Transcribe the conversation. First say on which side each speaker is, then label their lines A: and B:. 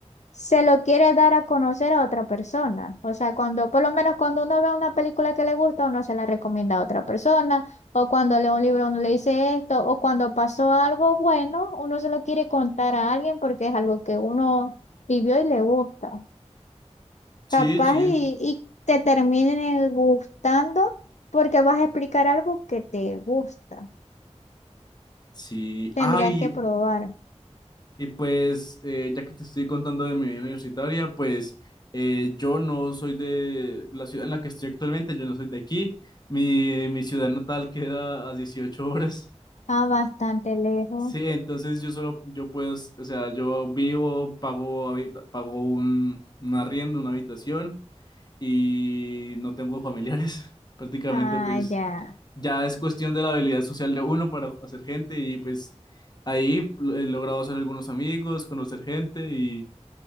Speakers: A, on the left; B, on the left.
A: se lo quiere dar a conocer a otra persona. O sea, cuando, por lo menos cuando uno ve una película que le gusta, uno se la recomienda a otra persona, o cuando lee un libro, uno le dice esto, o cuando pasó algo bueno, uno se lo quiere contar a alguien porque es algo que uno vivió y le gusta.
B: Sí,
A: Capaz
B: sí.
A: y, y te termine gustando porque vas a explicar algo que te gusta.
B: Sí.
A: Tendrías
B: Ay,
A: que probar.
B: Y pues, eh, ya que te estoy contando de mi vida universitaria, pues eh, yo no soy de la ciudad en la que estoy actualmente, yo no soy de aquí. Mi, mi ciudad natal queda a 18 horas. <laughs>
A: Ah, bastante lejos.
B: Sí, entonces yo solo, yo puedo, o sea, yo vivo, pago, habita- pago un, un arriendo, una habitación y no tengo familiares. <laughs> Prácticamente,
A: Ah,
B: pues
A: ya.
B: ya es cuestión de la habilidad social de uno para hacer gente y pues ahí he logrado hacer algunos amigos, conocer gente y